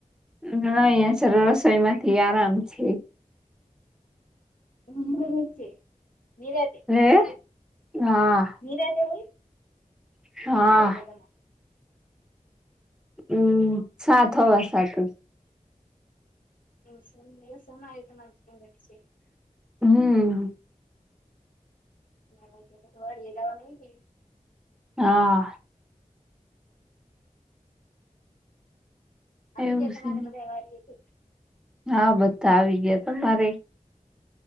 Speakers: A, in the centre; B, on the left (about 75°).
A: હા, અયા છે, રસોઈ માંથી આરામ છે.
B: <unintelligible>
A: હે? હા.
B: નિરાતે હોય,
A: હા
B: કેટલા વાગે જમો?
A: અમ સાત, હવા સાતે.
B: એવું છે સમાહિતમા જ સમર્થ છે.
A: હમ.
B: પછી વડીએ જાવાનું હોય કે નહિ.
A: હા.
B: આવી
A: એવું
B: ગયા તમારે
A: છે
B: બધા વાડીએથી?
A: હા બધા આવી ગયા. તમારે?